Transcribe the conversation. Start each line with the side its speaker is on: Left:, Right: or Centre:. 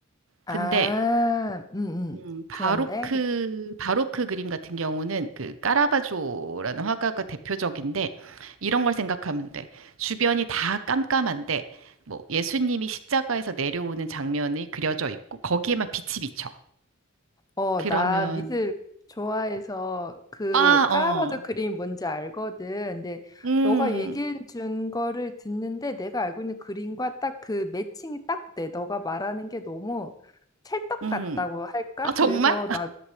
Left: 아,
Right: 근데
Left: 음, 음.
Right: 음, 바로크,
Left: 그런데,
Right: 바로크 그림 같은 경우는 그 까라바조라는 화가가 대표적인데 이런 걸 생각하면 돼. 주변이 다 깜깜한데 뭐 예수님이 십자가에서 내려오는 장면이 그려져 있고 거기에만 빛이 비쳐.
Left: 어,
Right: 그러면
Left: 나 미술 좋아해서 그
Right: 아,
Left: 까라바도
Right: 어.
Left: 그림 뭔지 알거든. 근데
Right: 음.
Left: 너가 얘기해 준 거를 듣는데 내가 알고 있는 그림과 딱 그 매칭이 딱 돼. 너가 말하는 게 너무 찰떡
Right: 음.
Left: 같다고 할까?
Right: 아, 정말?
Left: 그래서 나